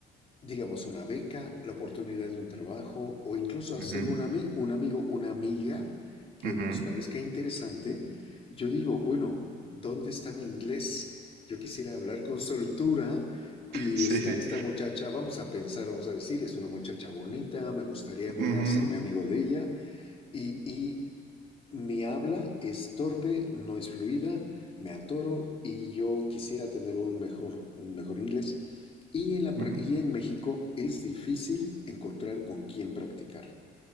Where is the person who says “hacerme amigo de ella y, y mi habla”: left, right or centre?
Left